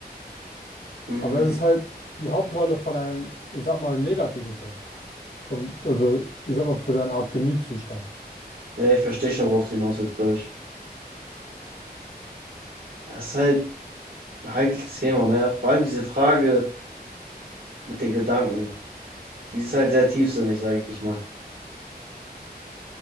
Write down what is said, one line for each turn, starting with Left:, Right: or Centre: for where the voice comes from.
Right: Hm,
Left: Aber es ist halt die Hauptrolle von einem, ich sag mal, negativen Film. Und also, ich sag mal, für deine Art Gemütszustand.
Right: ja, ich verstehe schon, worauf du hinaus willst, glaube ich. Das ist halt ein heikles Thema, ne? Vor allem diese Frage mit den Gedanken. Die ist halt sehr tiefsinnig, sage ich mal.